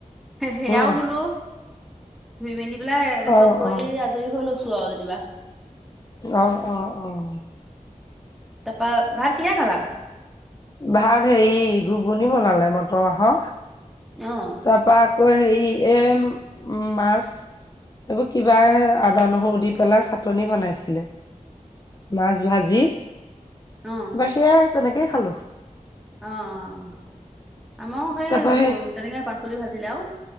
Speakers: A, in the centre; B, on the left.
A: সেয়াও
B: উম
A: ধুলো, ধুই মেলি পেলাই
B: অ
A: চব কৰি
B: অ
A: আ জৰি হৈ লৈছোঁ আও যেনিবা।
B: অঁ অঁ অঁ।
A: তাপা ভাত কিহে খালা?
B: ভাত হেৰি ঘুগুনি বনালে মটৰ মাহৰ।
A: অঁ।
B: তাৰপা আকৌ হেৰি এ মাছ। কিবা আদা নহৰু দি পেলাই চাটনি বনাইছিলে। মাছ ভাজি।
A: অঁ।
B: মই সেইয়া তেনেকেই খালো।
A: অঁ, আমাৰ সেই
B: তাৰপা
A: তেনেকৈ পাচলি ভাজিলে আও।